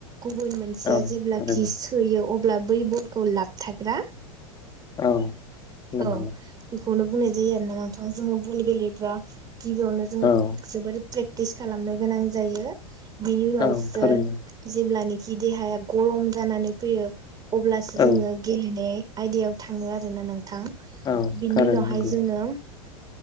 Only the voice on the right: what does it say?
गुबुन मोनसेया
जेब्लाखि
सोयो अ ब्ला बै बलखौ लाबथाग्रा।
औ। खौनो बुंनाय जायो आरोना नोंथां जोङो बल गेलेबा गिबियावनो जोङो
जोबोर प्रेक्टिस खालामनो गोनां जायो। बिनि उनावसो
जेब्लानि खि देहाया गरम जानानै फैयो अब्लासो
जोङो गेलेनाय आयदायाव थाङो आरो ना नों थां।
बिनि
उनावहाय
जोङो